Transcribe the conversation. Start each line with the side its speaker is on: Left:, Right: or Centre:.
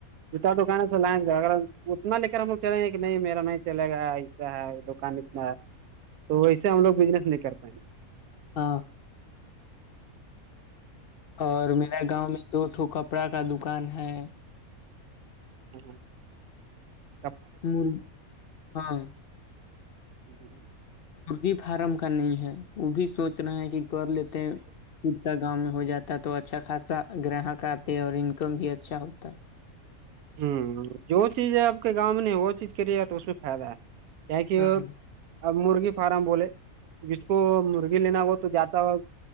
Right: جوتا دکان سے لائیں گ اگر اتنا لے کر ہم لوگ چلیں گے کہ نہیں میرا نہیں چے گا ایسا ہے دکان اتنا ہے تو ویسے ہم لوگ بزنس نہیں کر پائیں گے
Left: ہاں اور میرا گاؤں میں دوٹو کپڑا کا دکان ہے
Right: ہ ہ
Left: م ہاں
Right: جی جی
Left: مرغی فارم کا نہیں ہے وہ بھی سوچ رہے ہیں کہ کر لیتے خود کا گاؤں میں ہو جاتا ہے تو اچھا خاصا گراہک آتے اور انکم بھی اچھا ہوتا ہے
Right: ہ جو چیز ہے آپ کے گاؤں نے وہ چیز کری ہے تو اس میں فائدہ ہے کیا
Left: ہے
Right: کہ
Left: ہاں
Right: اور اب مرغی فارم بولے جس کو مرغی لینا ہو تو جاتا ہو